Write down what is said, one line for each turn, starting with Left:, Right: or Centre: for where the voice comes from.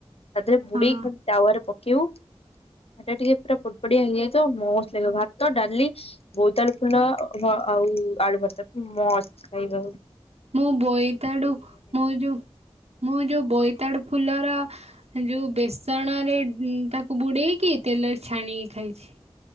Left: ତାଧେରେ ବୁଡେଇ
Right: ହଁ
Left: ଖାଲି ତାୱା ରେ ପକେଇବୁ। ସେଟା ଟିକେ ପୁରା ପୋଡପୋଡିଆ ହେଇଯାଇଥିବ ମସ୍ତ୍ ଲାଗିବ। ଭାତ ଡାଲି ବୋଇତାଳୁ ଫୁଲ ଅ ଭ ଆଉ ଆଳୁ ଭର୍ତାକୁ ମସ୍ତ ଖାଇବା ଆଉ।
Right: ମୁଁ ବୋଇତାଡୁ ମୋ ଯୋଉ ମୋ ଯୋଉ ବୋଇତାଡୁ ଫୁଲର ଯୋଉ ବେସଣରେ ତାକୁ ବୁଡ଼େଇକି ତେଲରେ ଛାଣିକି ଖାଇଛି।